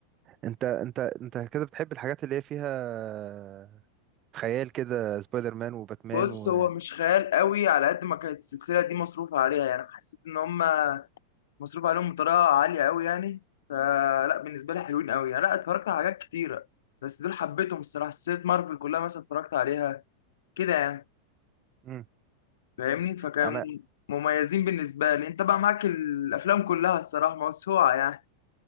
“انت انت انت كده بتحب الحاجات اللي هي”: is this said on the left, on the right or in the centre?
Right